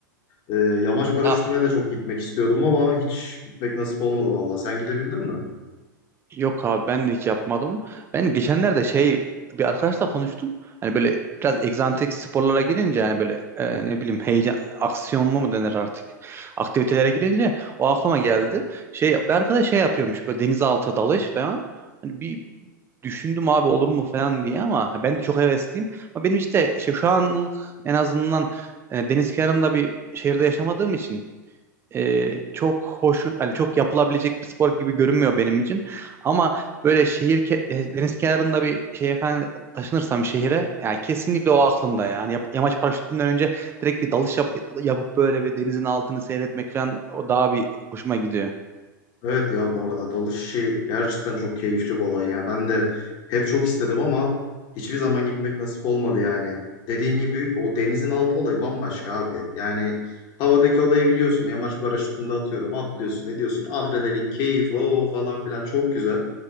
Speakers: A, on the left; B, on the right.
A: Ee, yamaç paraşütüne
B: <laughs>
A: de çok gitmek istiyordum ama hiç gitmek nasip olmadı vallahi. Sen gidebildin mi?
B: Yok abi ben de hiç yapmadım. Ben geçenlerde şey bir arkadaşla konuştum. Hani böyle biraz egzantrik sporlara girince hani böyle e, ne bileyim heyecan aksiyonlu mu denir artık aktivitelere girince o aklıma geldi. Şey bir arkadaş şey yapıyormuş böyle denizaltı dalış falan. Hani bir düşündüm abi olur mu falan diye ama ben de çok hevesliyim. Ama benim işte şey, şu anlık en azından e, deniz kenarında bir şehirde yaşamadığım için e, çok hoş hani çok yapılabilecek bir spor gibi görünmüyor benim için. Ama böyle şehir ke- e, deniz kenarında bir şey efendim taşınırsam bir şehire yani kesinlikle o aklımda ya. Yani yap- yamaç paraşütünden önce direkt bir dalış yap- yapıp böyle bir denizin altını seyretmek falan o daha bir hoşuma gidiyor.
A: Evet ya bu arada dalış işi gerçekten çok keyifli bir olay. Yani ben de hep çok istedim ama hiçbir zaman gitmek nasip olmadı yani. Dediğin gibi büyük o denizin altı olayı bambaşka abi. Yani havadaki olayı biliyorsun. Yamaç paraşütünde atıyorum, atlıyorsun, ediyorsun. Adrenalin, keyif, wow wow falan filan çok güzel.